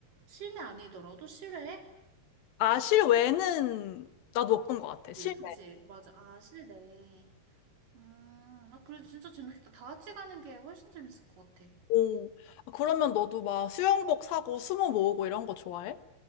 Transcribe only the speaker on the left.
아 실외는 나도 못 본 것 같아.
실외.
오. 아, 그러면 너도 막 수영복 사고 수모 모으고 이런 거 좋아해?